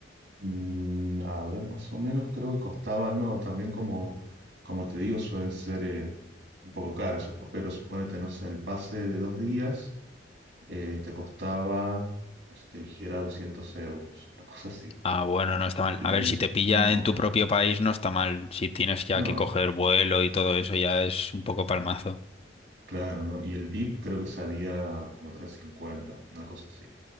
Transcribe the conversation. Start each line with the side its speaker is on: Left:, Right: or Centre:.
Right: mm, a ver, más o menos creo que costaba, no, también como, como te digo, suelen ser eh, un poco caras, sup- pero suponete, no sé, el pase de dos días eh, te costaba, como si te dijera, 200 euros, una cosa así.
Left: Ah, bueno, no está mal.
Right: Y
Left: A ver, si te pilla
Right: no,
Left: en tu propio país, no está mal. Si tienes ya
Right: no,
Left: que coger vuelo y todo eso, ya es un poco palmazo.
Right: claro, no. Y el VIP creo que salía como 350, una cosa así.